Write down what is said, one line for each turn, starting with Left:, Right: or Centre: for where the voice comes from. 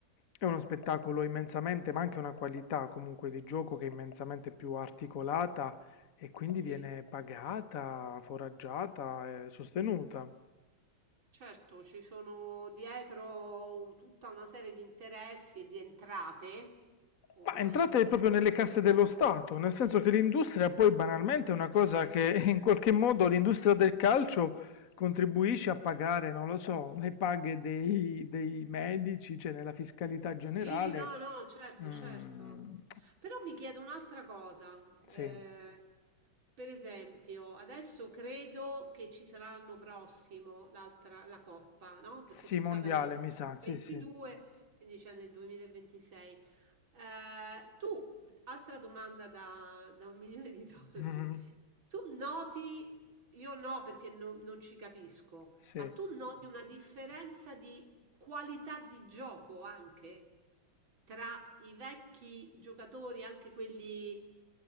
Left: è uno spettacolo immensamente, ma anche una qualità comunque di gioco che è immensamente più articolata e quindi
Right: sì.
Left: viene pagata, foraggiata e sostenuta.
Right: Certo, ci sono dietro tutta una serie di interessi e di entrate, ovviamente.
Left: Ma entrate proprio nelle casse dello Stato, nel senso che l'industria poi banalmente
Right: Sì.
Left: è una cosa che <laughs> in qualche modo l'industria del calcio contribuisce a pagare, non lo so, le paghe dei, dei medici, cioè nella fiscalità generale.
Right: Sì, no, no, certo,
Left: Mm,
Right: certo. Però mi chiedo un'altra cosa. eh,
Left: sì,
Right: per esempio, adesso credo che ci sarà l'anno prossimo l'altra, la Coppa, no? Perché
Left: sì,
Right: c'è
Left: mondiale,
Right: stata nel,
Left: mi sa,
Right: nel
Left: sì,
Right: 22,
Left: sì.
Right: quindi c'è nel 2026. Eh, tu, altra domanda da, da un milione di dollari.
Left: Mhm,
Right: Tu noti, io no perché non non ci capisco,
Left: Sì,
Right: ma tu noti una differenza di qualità di gioco anche tra i vecchi giocatori, anche quelli,